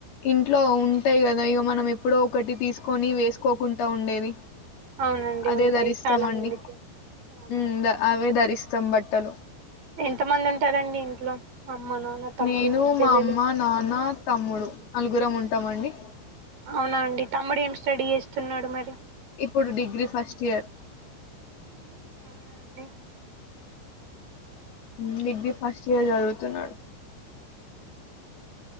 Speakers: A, on the left; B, on the right.
A: ఇంట్లో ఉంటాయి కదా ఇగ మనం ఎప్పుడో ఒకటి తీసుకొని వేసుకోకుంట ఉండేది
B: అవునండి
A: అదే
B: ఉంటాయి
A: ధరిస్తామండి
B: చాలా మందికి అవునండి
A: మ్ ద అవే ధరిస్ కంబట్టలు
B: ఎంత మంది ఉంటారండి ఇంట్లో అమ్మ నాన్న తమ్ముడు
A: నేను
B: చెల్లెలు
A: మా అమ్మ నాన్న తమ్ముడు అలు గ్గురం ఉంటామండి
B: అవునా అండి తమ్ముడు ఏం స్టడీ చేస్తున్నాడు మరి
A: ఇప్పుడు డిగ్రీ ఫస్ట్ ఇయర్
B: హు అవునా అండి
A: హ్ డిగ్రీ ఫస్ట్ ఇయర్ చదువుతున్నాడు